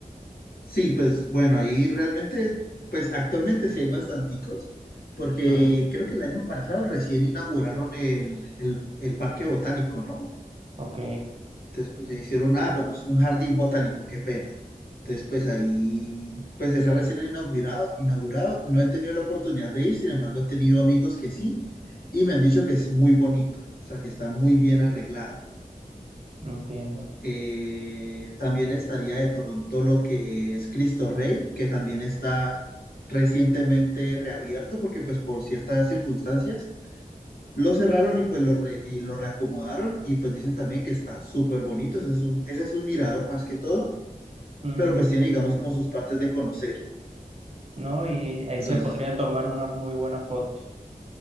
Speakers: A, on the left (about 85°); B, on the right (about 45°).
A: Sí, pues bueno, ahí realmente, pues actualmente sí hay bastanticos, porque
B: Mm,
A: creo que el año pasado recién inauguraron el, el, el Parque Botánico, ¿no?
B: ok,
A: Entonces, pues ya hicieron, ah, bueno, es un jardín botánico, qué pena. Entonces, pues ahí, pues está recién inaugurado, inaugurado. No he tenido la oportunidad de ir, sin embargo, he tenido amigos que sí, y me han dicho que es muy bonito, o sea, que está muy bien arreglado.
B: entiendo.
A: Eh, también estaría de pronto lo que es Cristo Rey, que también está recientemente reabierto, porque pues por ciertas circunstancias lo cerraron y pues lo, re- y lo reacomodaron, y pues dicen también que está súper bonito, ese es un, ese es un mirador más que todo
B: Mm,
A: pero pues tiene, digamos, como sus partes de conocer.
B: no, y ahí
A: Entonces,
B: se podrían tomar unas muy buenas fotos.